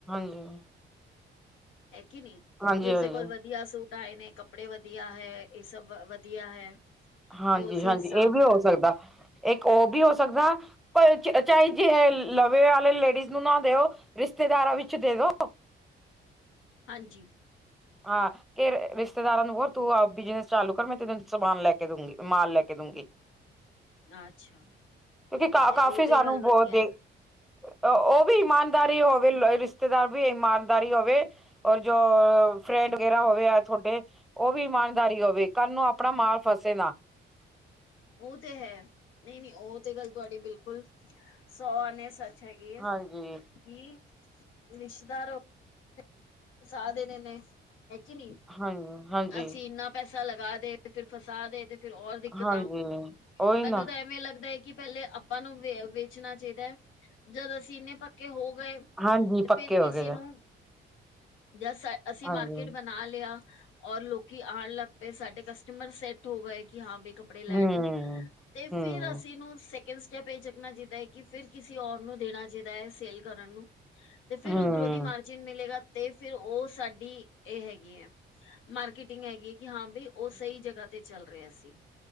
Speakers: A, in the centre; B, on the left (about 80°).
A: <inaudible>
B: ਹੈ ਕੇ ਨੀ
A: ਹਾਂਜੀ,
B: ਕਿ ਉਸਦੇ
A: ਹਾਂਜੀ,
B: ਕੋਲ ਵਦੀਆ ਸੂਟ ਆਏ ਨੇ ਕੱਪੜੇ ਵਦੀਆ ਹੈ ਇਹ ਸਭ ਵਦੀਆ ਹੈ।
A: ਹਾਂਜੀ,
B: ਤੇ ਉਸੇ
A: ਹਾਂਜੀ
B: ਹਿਸਾਬ
A: ਇਹ ਵੀ
B: ਨਾਲ
A: ਹੋ ਸਕਦਾ। ਇੱਕ ਉਹ ਵੀ ਹੋ ਸਕਦਾ ਪਰ ਚਾਹੇ ਜੇ ਲਵੇ ਵਾਲੇ ਲੇਡੀਜ਼ ਨੂੰ ਨਾ ਦਿਓ ਰਿਸ਼ਤੇਦਾਰਾਂ ਵਿੱਚ ਦੇ ਦੋ।
B: ਹਾਂਜੀ।
A: ਹਾਂ ਕੇ ਰਿਸ਼ਤੇਦਾਰਾਂ ਨੂੰ ਹੋਰ ਤੂੰ ਆਪ ਬਿਜਨਸ ਚਾਲੂ ਕਰ ਮੈਂ ਤੈਨੂੰ ਸਮਾਨ ਲੈ ਕੇ ਦੂੰਗੀ ਮਾਲ ਲੈ ਕੇ ਦੂੰਗੀ।
B: ਅੱਛਾ
A: ਕਿਉਂਕਿ ਕਾ
B: ਤੇ
A: ਕਾਫੀ
B: ਉਹ ਤੇ
A: ਸਾਨੂੰ
B: ਗੱਲ
A: ਬਹੁਤ
B: ਵਧੀਆ
A: ਦੇ
B: ਹੈ
A: ਉਹ ਵੀ ਇਮਾਨਦਾਰੀ ਹੋਵੇ ਰਿਸ਼ਤੇਦਾਰ ਵੀ ਇਮਾਨਦਾਰੀ ਹੋਵੇ ਔਰ ਜੋ ਫਰੈਂਡ ਵਗੈਰਾ ਹੋਵੇ ਤੁਹਾਡੇ, ਉਹ ਵੀ ਇਮਾਨਦਾਰੀ ਹੋਵੇ ਕੱਲ ਨੂੰ ਆਪਣਾ ਮਾਲ ਫਸੇ ਨਾ।
B: <inaudible> ਉਹ ਤੇ ਹੈ ਨਹੀਂ ਨਹੀਂ ਉਹ ਤੇ ਗੱਲ ਤੁਹਾਡੀ ਬਿਲਕੁਲ ਸੌ ਆਨੇ ਸੱਚ ਹੈਗੀ ਐ
A: ਹਾਂਜੀ
B: <unintelligible> ਫਸਾ ਦੇਣੇ ਨੇ, ਹੈ ਕਿ ਨੀ,
A: ਹਾਂਜੀ ਹਾਂਜੀ
B: ਅਸੀਂ ਇੰਨਾ ਪੈਸਾ ਪੈਸਾ ਲਗਾ ਦੇ ਫਿਰ ਫਸਾ ਦੇ ਤੇ ਫਿਰ ਹੋਰ ਦਿੱਕਤਾਂ,
A: ਹਾਂਜੀ ਉਹੀ
B: ਮੈਨੂੰ
A: ਨਾ
B: ਤਾਂ ਐਵੇਂ ਲੱਗਦਾ ਕਿ ਪਹਿਲੇ ਆਪਾਂ ਨੂੰ ਵੇ ਵੇਚਣਾ ਚਾਹੀਦਾ ਹੈ ਜਦ ਅਸੀਂ ਇੰਨੇ ਪੱਕੇ ਹੋ ਗਏ ਤੇ
A: ਹਾਂਜੀ ਪੱਕੇ
B: ਫਿਰ
A: ਹੋ
B: ਕਿਸੇ
A: ਗਏ ਨੇ
B: ਨੂੰ ਜਾਂ ਅਸੀਂ
A: ਹਾਂਜੀ
B: ਮਾਰਕੀਟ ਬਣਾ ਲਿਆ। ਔਰ ਲੋਕੀ ਆਉਣ ਲੱਗ ਪਏ ਸਾਡੇ ਕਸਟਮਰ ਸੈੱਟ ਹੋ ਗਏ ਕਿ ਹਾਂ ਬੀ ਕੱਪੜੇ ਲੈਣ
A: ਹਮ
B: ਨੂੰ ਤੇ
A: ਹਮ
B: ਫੇਰ ਅਸੀਂ ਨੂੰ। ਇੱਕ ਸਟੈਪ ਇਹ ਚੁੱਕਣਾ ਚਾਹੀਦਾ ਹੈ ਕਿ ਫਿਰ ਕਿਸੇ ਔਰ ਨੂੰ ਦੇਣਾ ਚਾਹੀਦਾ ਹੈ ਸੇਲ ਕਰਨ ਨੂੰ। ਤੇ ਫਿਰ
A: ਹਮ
B: ਉਧਰੋਧੀ ਮਾਰਜਿਨ ਮਿਲੇਗਾ ਤੇ ਫਿਰ ਉਹ ਸਾਡੀ ਇਹ ਹੈਗੀ ਹੈ ਮਾਰਕੀਟਿੰਗ ਹੈਗੀ। ਕਿ ਹਾਂ ਬਈ ਉਹ ਸਹੀ ਜਗ੍ਹਾ ਤੇ ਚੱਲ ਰਿਹਾ ਸੀ।